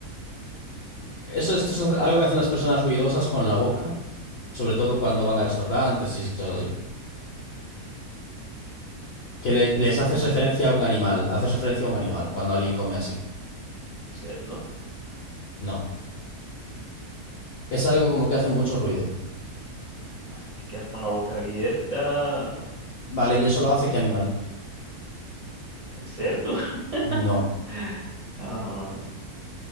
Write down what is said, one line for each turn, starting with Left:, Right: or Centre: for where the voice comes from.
Left: Eso- esto es algo que hacen las personas ruidosas con la boca, sobre todo cuando van a restaurantes y sitios así. Que le- les haces
Right: Mm,
Left: referencia a un animal, haces referencia a un animal cuando alguien come así.
Right: Un cerdo.
Left: No. Es algo como que hace mucho ruido.
Right: Masticar con la boca abierta.
Left: Vale, ¿y eso lo hace qué animal?
Right: El cerdo. <laughs>
Left: No.
Right: Ah,